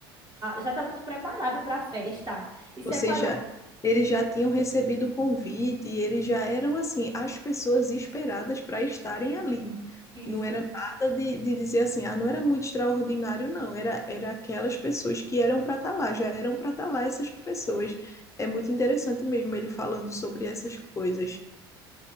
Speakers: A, on the right; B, on the left.
A: já tá tudo preparado para a festa. E separou
B: Vocês já, eles já tinham recebido o convite, e eles já eram assim, as pessoas esperadas para estarem ali.
A: isso.
B: Não era nada de, de dizer assim, ah, não era muito extraordinário, não. Era, era aquelas pessoas que eram para estar lá, já eram para estar lá essas pessoas. É muito interessante mesmo ele falando sobre essas coisas.